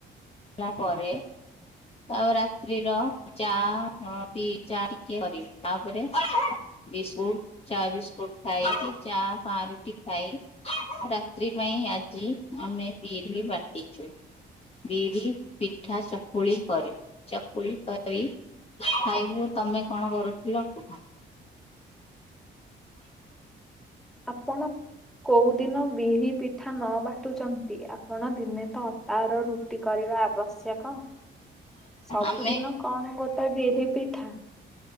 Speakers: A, on the left; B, in the centre.
A: ଲା ପରେ। ଆଉ ରାତ୍ରି ର ଚା ହଁ ପି ଚା ଟିକେ କରିବି ତାପରେ। ବିସ୍କୁଟ ଚା ବିସ୍କୁଟ ଖାଏ କି ଚା ପା ରଟି ଖାଇ। ରାତ୍ରି ପାଇଁ ଆଜି ଆମେ ବିରି ବାଟିଚୁ ବିରି ପିଠା ଚକୁଳି କରିବୁ ଚକୁଳି କରି ଖାଇବୁ ତମେ କଣ କରୁଥିଲୁ କି।
B: ଆପଣ କୋଉ ଦିନ ବିରି ପିଠା ନ ବାଟୁଚନ୍ତି ଆପଣ ଦିନେ ତ ଅଟାର ରୁ ଟି କରିବା ଆବଶ୍ୟକ ସବୁଦିନ
A: ଆମେ
B: କଣ ଗୋଟେ ବିରି ପିଠା।